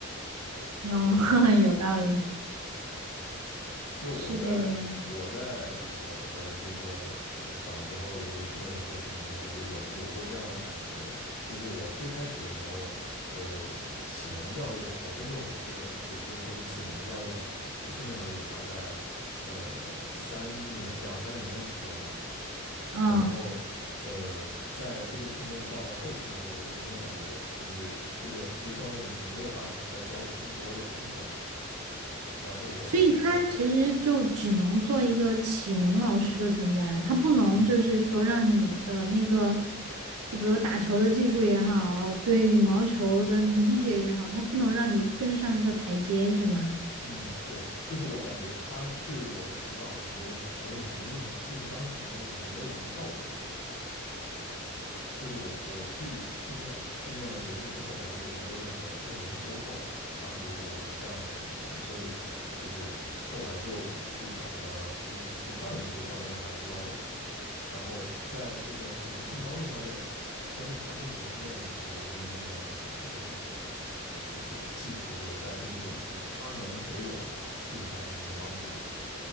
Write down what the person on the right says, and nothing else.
嗯，
<laughs> 有道理，
是这个样的。
嗯。
所以他其实就只能做一个启蒙老师的存在，他不能就是说让你的那个，
就比如打球的技术也好，对羽毛球的理解也好，他不能让你更上一个台阶，是吗？